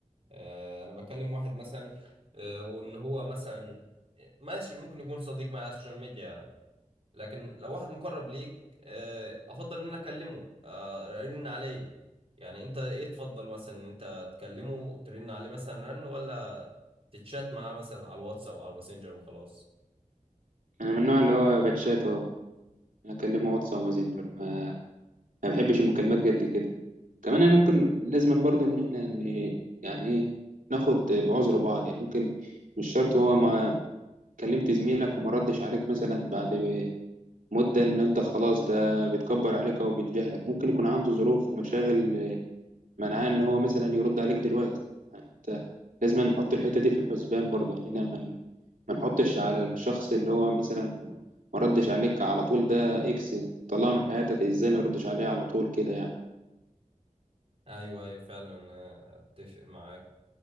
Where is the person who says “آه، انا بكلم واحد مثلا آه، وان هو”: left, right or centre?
Right